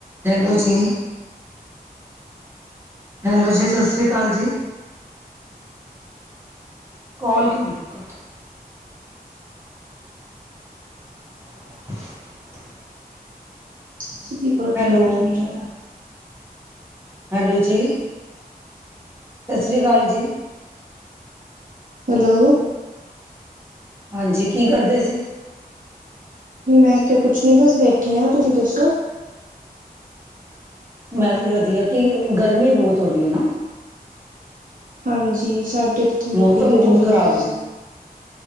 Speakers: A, on the right; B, on the right.
A: Hello ਜੀ। Hello ਜੀ, ਸਤਿ ਸ੍ਰੀ ਕਾਲ ਜੀ। ਕਾੱਲ ਕਿਉਂ ਕੱ <inaudible>
B: ਸਿੱਧੀ ਕਾੱਲ ਖਰਾਬ
A: ਹੈਲੋ,
B: ਕਰਨੀਂ ਐਂ ਮੈੰ ਤਾਂ।
A: ਹੈਲੋ ਜੀ। ਸਸ ਸ੍ਰੀ ਕਾਲ ਜੀ।
B: ਹੈਲੋ।
A: ਹਾਂਜੀ, ਕੀ ਕਰਦੇ ਸੀ?
B: ਮੈਂ ਤੇ ਕੁਛ ਨੀਂ ਬਸ ਬੈਠੀ ਆਂ, ਤੁਸੀਂ ਦੱਸੋ?
A: ਮੈਂ ਵੀ ਵਦੀਆ, ਕਿ ਗਰਮੀ ਬੋਤ ਹੋ ਰਈ ਐ, ਨਾ।
B: ਹਾਂਜੀ, ਸਾਡੇ ਵੀ
A: ਮੌਸਮ
B: ਬੜੀ ਗਰਮੀ
A: ਬੋਤ ਖਰਾਬ
B: ਹੈ
A: ਹੋ ਰਹਾ।